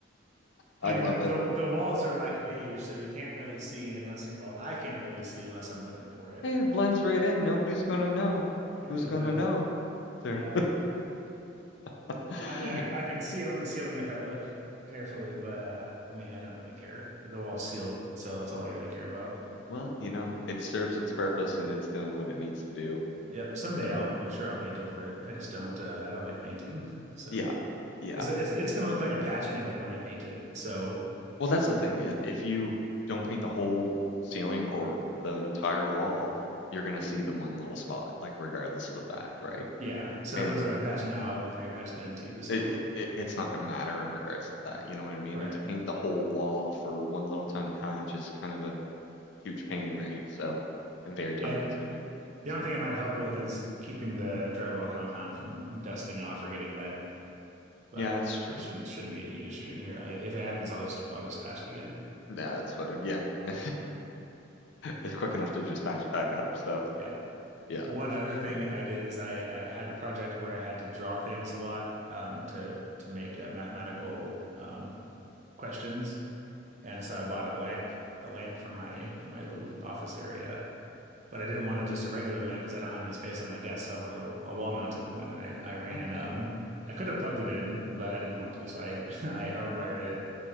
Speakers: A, on the left; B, on the right.
A: I
B: And
A: love it.
B: the the walls are like beige, so you can't really see unless you're, well, I can't really see unless I'm looking for it.
A: Hey, it blends right in. Nobody's gonna know.
B: It really
A: Who's gonna
B: does.
A: know?
B: uh,
A: There.
B: Yeah.
A: <laughs>
B: I mean, I, I can see it on the ceiling if I look carefully, but uh, I mean, I don't really care. The wall's sealed, so that's all I really care about.
A: Well, you know, it serves its purpose and it's doing what it needs to do.
B: Yep. Someday
A: So,
B: I'll, I'm sure I'll paint over it. I just don't, uh, I don't like painting. So,
A: yeah. Yeah.
B: because it's, it's going to look like a patch anyway when I paint it. So,
A: Well, that's the thing is if you don't paint the whole ceiling or the entire wall, you're going to see the one little spot, like regardless of the fact, right?
B: yeah. So
A: And
B: it looks like a patch now. It looked like a patch then too. So,
A: it, it it- it's not going to matter in regards to that, you know what I mean?
B: right.
A: And to paint the whole wall for one little tiny patch is kind of a huge pain, right? So, and very time
B: Yeah. th-
A: consuming.
B: The
A: So,
B: only thing it might help with is keeping the drywall compound from dusting off or getting wet, but
A: yeah, that's true.
B: that shouldn't, shouldn't be a huge issue in here. I, if it happens, I'll just, I'll just patch it again.
A: No, that's better. Yeah. <laughs> It's quick enough to just patch it back up. So,
B: Yeah.
A: yeah,
B: One
A: for
B: other
A: sure.
B: thing I did is I, I had a project where I had to draw things a lot um, to to make uh, mathematical um, questions, and so I bought a lamp a lamp from my from my little office area. But I didn't want to just a regular lamp because I don't have any space on my desk, so I wanted a, a wall mounted one. And I I ran
A: Okay.
B: um, I could have plugged it in, but I didn't want to, so I <laughs> I hardwired it.